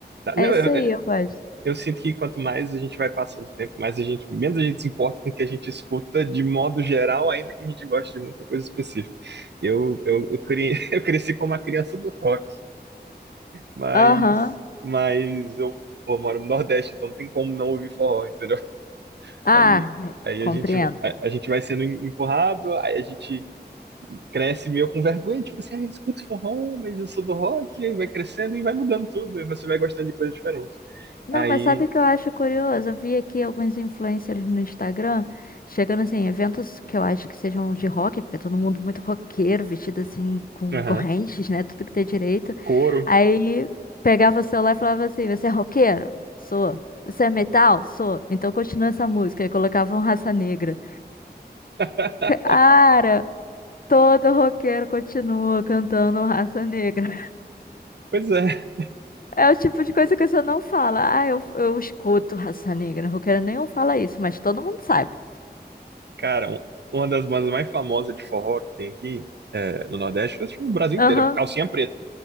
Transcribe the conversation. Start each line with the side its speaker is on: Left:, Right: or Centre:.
Left: É
Right: Não,
Left: isso
Right: eu,
Left: aí, eu gosto.
Right: Eu sinto que quanto mais a gente vai passando o tempo, mais a gente, menos a gente se importa com o que a gente escuta de modo geral, ainda que a gente goste de muita coisa específica. Eu, eu, eu, cre- <laughs> eu cresci como uma criança do rock, mas,
Left: Aham.
Right: mas eu, pô, moro no Nordeste, então não tem como não ouvir forró, entendeu?
Left: Ah,
Right: Aí, aí
Left: compreendo.
Right: a gente, a, a gente vai sendo empurrado, aí a gente cresce meio com vergonha, tipo assim, ah, eu escuto forró, mas eu sou do rock, aí vai crescendo e vai mudando tudo, aí você vai gostando de coisas diferentes.
Left: Não,
Right: Aí,
Left: mas sabe o que eu acho curioso? Eu vi aqui alguns influencers no Instagram chegando assim, em eventos que eu acho que sejam de rock, porque é todo mundo muito roqueiro, vestido assim, com
Right: aham,
Left: <laughs> correntes, né? Tudo que tem direito.
Right: coro.
Left: Aí pegava o celular e falava assim: Você é roqueiro? Sou. Você é metal? Sou. Então continua essa música. Aí colocavam Raça Negra.
Right: <laughs>
Left: Cara, todo roqueiro continua cantando Raça Negra.
Right: Pois é,
Left: É o tipo de coisa que você não fala. Ah, eu, eu escuto raça negra. Roqueiro nenhum fala isso, mas todo mundo sabe.
Right: cara, um- uma das bandas mais famosas de forró que tem aqui é, no Nordeste, eu acho que no Brasil
Left: Aham.
Right: inteiro, é Calcinha Preta.